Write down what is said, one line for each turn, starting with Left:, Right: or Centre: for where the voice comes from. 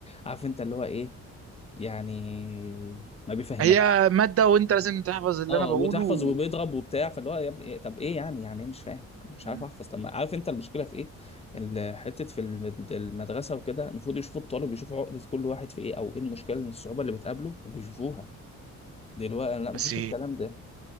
Left: عارف انت اللي هو ايه يعني ما بيفهمكش
Right: هي مادة وانت لازم تحفظ اللي
Left: اه
Right: انا بقوله
Left: وتحفظ وبيضرب وبتاع فاللي هو يا ابني إيه طب ايه يعني يعني ايه مش فاهم انا مش
Right: مم.
Left: عارف احفظ طب ما عارف انت المشكله في ايه ال- حته في الم- المدرسه وكده المفروض يشوفوا الطالب يشوفوا عقده كل واحد في ايه او ايه المشكله من الصعوبه اللي بتقابله وبيشوفوها دلوقتي لا مفيش
Right: بس
Left: الكلام ده